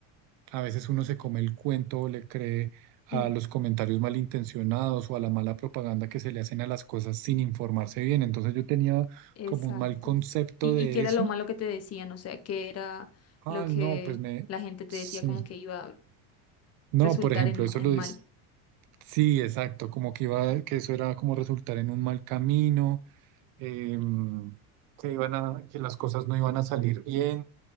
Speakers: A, on the right; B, on the left.
A: a veces uno se come el cuento o le cree a
B: sí.
A: los comentarios malintencionados o a la mala propaganda que se le hacen a las cosas sin informarse bien. Entonces yo tenía
B: Exacto.
A: como un mal concepto
B: Y,
A: de
B: y qué era
A: eso.
B: lo malo que te decían, o sea, qué era
A: Ah,
B: lo que
A: no, pues me...
B: la gente te
A: sí.
B: decía como que iba a
A: No,
B: resultar
A: por ejemplo,
B: en, ma-
A: eso
B: en
A: lo dice.
B: mal.
A: Sí, exacto, como que iba, que eso era como resultar en un mal camino, em, que iban a, que las cosas no iban a salir bien,